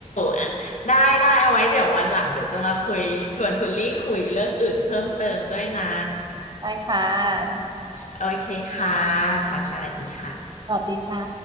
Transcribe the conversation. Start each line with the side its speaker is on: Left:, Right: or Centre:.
Left: อ่ะได้ได้เอาไว้เดี๋ยววันหลังเดี๋ยวจะมาคุยชวนคุณลี่คุยเรื่องอื่นเพิ่มเติมด้วยนะ
Right: ได้ค่ะ
Left: โอเคค่ะค่ะสวัสดีค่ะ
Right: สวัสดีค่ะ